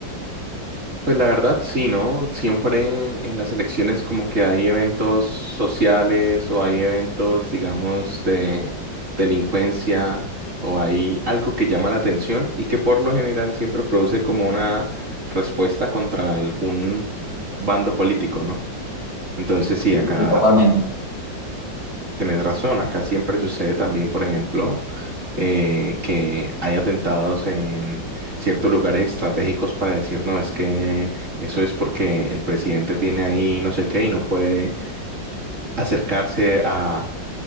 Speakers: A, on the right (about 40°); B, on the left (about 35°).
A: Pues la verdad, sí, ¿no? Siempre en las elecciones como que hay eventos sociales o hay eventos, digamos, de delincuencia o hay algo que llama la atención y que por lo general siempre produce como una respuesta contra algún bando político, ¿no? Entonces sí,
B: Sí,
A: acá,
B: sí, totalmente.
A: Tienes razón, acá siempre sucede también, por ejemplo, eh, que hay atentados en ciertos lugares estratégicos para decir, no, es que eso es porque el presidente tiene ahí no sé qué y no puede acercarse a